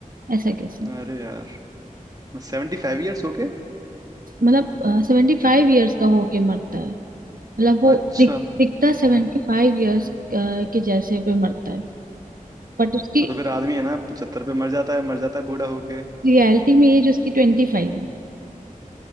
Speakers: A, on the right; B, on the right.
A: ऐसा कैसे
B: अरे यार सेवेंटी फाइव ईयर्स होके
A: मतलब सेवेंटी फाइव ईयर्स का होके मरता है मतलब वो
B: अच्छा
A: दिख, दिखता
B: हम्म
A: सेवेंटी फाइव ईयर्स के जैसे पे मरता है बट उसकी
B: तो तो फिर आदमी है ना पचहत्तर पे मर जाता है मर जाता है बूढ़ा होके
A: रियलिटी में एज उसकी ट्वेंटी फाइव है